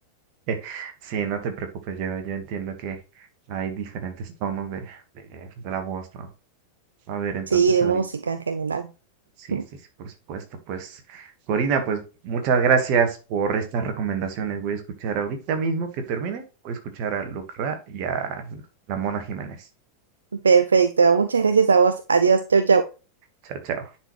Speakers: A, on the right; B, on the right.
A: <laughs> Sí, no te preocupes, yo, yo entiendo que hay diferentes tonos de, de, de la voz, ¿no? A ver, entonces
B: Sí, de
A: ahorita,
B: música en general.
A: sí,
B: <laughs>
A: sí, sí, por supuesto, pues, Corina, pues muchas gracias por estas recomendaciones. Voy a escuchar ahorita mismo que termine, voy a escuchar a Lucra y a la Mona Jiménez.
B: Perfecto. Muchas gracias a vos. Adiós. Chau, chau.
A: Chao, chao.